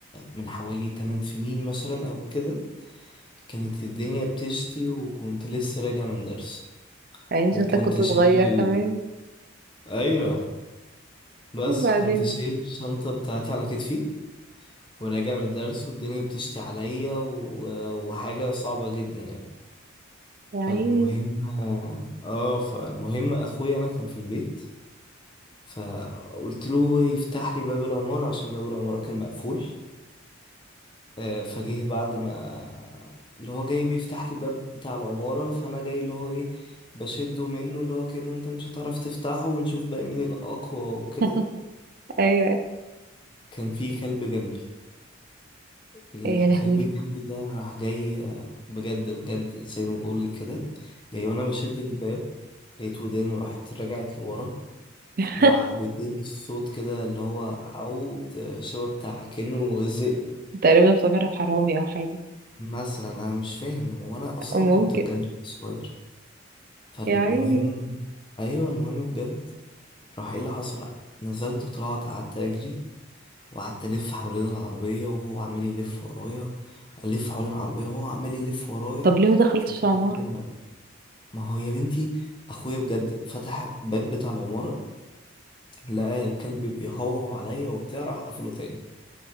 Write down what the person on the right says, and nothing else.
عيني
شكلك كنت
صغير
كمان
وبعدين
يا عيني
<laughs> ايوه إيه
يعني يا لهوي
<laughs>
تقريبا افتكرك حرامي او حاجه
ممكن
يا عيني
طب ليه ما دخلتش
عماره